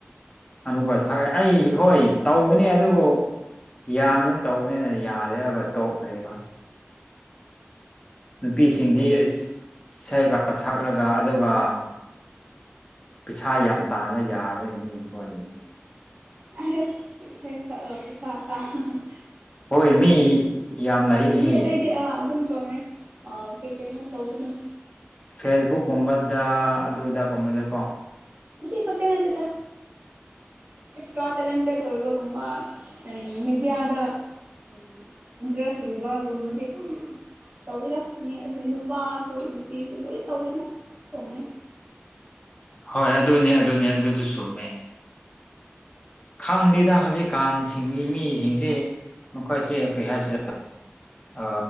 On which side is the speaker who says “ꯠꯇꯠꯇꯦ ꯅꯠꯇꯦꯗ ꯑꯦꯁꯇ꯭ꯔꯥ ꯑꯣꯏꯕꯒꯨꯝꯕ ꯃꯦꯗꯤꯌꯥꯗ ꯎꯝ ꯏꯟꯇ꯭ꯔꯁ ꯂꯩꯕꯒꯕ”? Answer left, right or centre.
Right